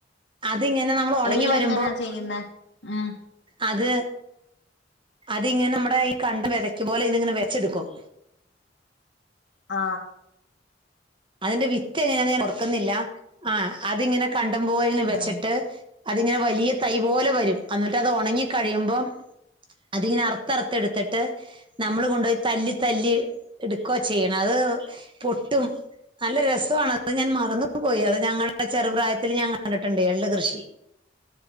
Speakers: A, on the right (about 30°); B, on the left (about 75°).
A: ത് ഇങ്ങനെ നമ്മൾ ഒണങ്ങി
B: എള്ള്
A: വരുമ്പോ
B: എങ്ങനാ ചെയ്യുന്നേ ഉം
A: അത് അതിങ്ങനെ നമ്മുടെ ഈ കണ്ടം വെതക്കും പോലെ ഇത് ഇങ്ങനെ വെത്ച്ച് ഇട്ക്കും
B: ആ
A: അതിന്റെ വിത്ത് എങ്ങനെന്ന് ഞാൻ ഓർക്ക്‌ന്നില്ല ആ അതിങ്ങനെ കണ്ടം പോലെ ഇങ്ങനെ വെച്ച്ട്ട്
B: ഉം
A: അതിങ്ങനെ വലിയ തൈ പോലെ വരും അന്നിട്ട് അത് ഒണങ്ങി കഴിയുമ്പം അതിങ്ങനെ അറുത്ത്റുത്തെ എടുത്തിട്ട് നമ്മൾ കൊണ്ടുപോയി തല്ലി തല്ലി ഇട്ക്കുവാ ചെയ്യ്ണേ അത് പൊട്ടും നല്ല രസവാണ് അത് ഞാൻ മറന്ന് പോയി അത് ഞങ്ങളുടെ ചെറുപ്രായത്തിൽ ഞാൻ കണ്ടിട്ട്ണ്ട് എള്ള്കൃഷി